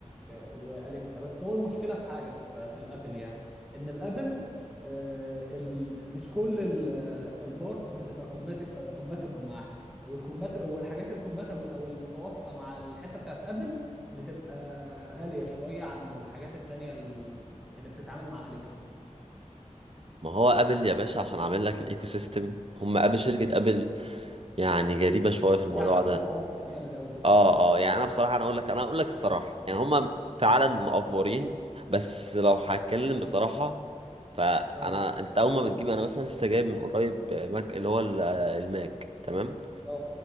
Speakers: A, in the centre; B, on the right.
A: واليكسا بس هو المشكله في حاجه في, في الابل يعني ان الابل آه، ال... مش كل ال... البارتس بتبقى كومباتبل معاها والكومبات والحاجات الكومباتبل او المتوافقه مع الحته بتاعت ابل بتبقى غاليه شويه عن الحاجات التانيه ال- اللي بتتعامل مع اليكسا
B: ما هو ابل يا باشا عشان عامل لك الايكو سيستم هم ابل شركه ابل يعني جريبه شويه في
A: بتبيع
B: الموضوع
A: على قفا
B: ده
A: الحوار ده جامد قوي الصراحه
B: اه اه يعني انا بصراحه انا اقول لك انا اقول لك الصراحه يعني هم فعلا مقفورين بس لو هتكلم بصراحه فانا
A: اه
B: انت اول ما بتجيب انا مثلا لسه جايب من قريب ماك اللي هو ال- الماك تمام
A: اه